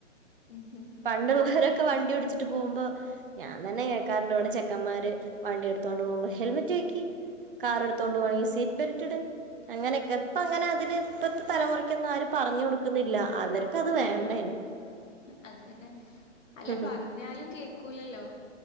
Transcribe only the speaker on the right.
പണ്ട്ള്ളവരെക്കെ വണ്ടി ഒടിച്ചിട്ട് പോകുമ്പോ ഞാൻ തന്നെ കേക്കാറുണ്ട് ഇവിടെ ചെക്കന്മാര് വണ്ടി എടുത്തോണ്ട് പോകുമ്പോ ഹെൽമെറ്റ് വെക്ക് കാർ എടുത്തോണ്ട് പോണെങ്കിൽ സീറ്റ് ബെൽറ്റ് ഇട്. അങ്ങനെയൊക്കെ ഇപ്പ അങ്ങനെ അതിന് ഇപ്പത്തെ തലമുറക്കൊന്നും ആരുംപറഞ്ഞു കൊടുക്കുന്നില്ല അവർക്ക് അത് വേണ്ടേനു
ഹും